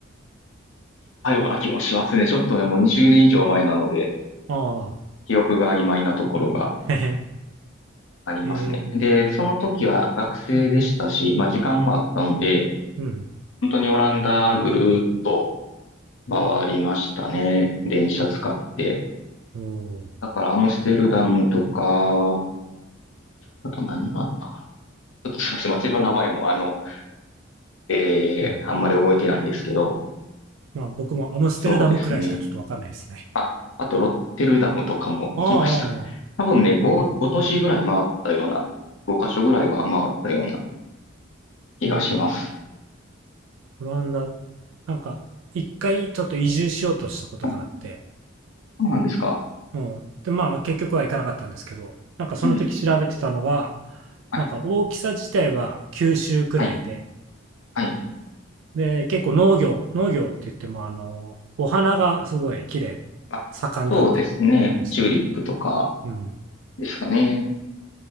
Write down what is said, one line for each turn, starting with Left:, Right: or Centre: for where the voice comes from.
Left: 多ような気もしますね。ちょっとね、もう20年以上前なので、
Right: あ
Left: 記憶が曖昧なところが
Right: あ、<laughs> へ
Left: ありますね。
Right: へ、え
Left: で、その時は学生でしたし、
Right: ー、はい。
Left: まあ時間はあったので、
Right: うん、
Left: 本当にオランダぐるーっと回りましたね。電車使って。
Right: おー
Left: だからアムステルダムとか、あと何があったかな。ちょっとすみません。街の名前もあの、えー、
Right: うん。
Left: あんまり覚えてないんですけど、
Right: まあ僕もアムステルダムくらいしかちょっとわかんないですね。
Left: そうですね。あ、あとロッテルダムとかも行きました。
Right: ああ、ああ、ああ
Left: 多分ね、5、ご都市ぐらい回ったような、5カ所ぐらいは回ったような気がします。
Right: うん。オランダ、なんか、一回ちょっと移住しようとしたことがあって、
Left: はい、そうなんですか
Right: うん。で、まあ結局は行かなかったんですけど、なんかその時調べてたのが、
Left: はい、はい、
Right: なんか大きさ自体は九州くらいで、
Left: はい、はい。
Right: で、結構農業、農業って言ってもあの、お花がすごい綺麗、
Left: あ、
Right: 盛んだって聞きましたね。
Left: そうですね。チューリップとか
Right: うん。
Left: ですかね。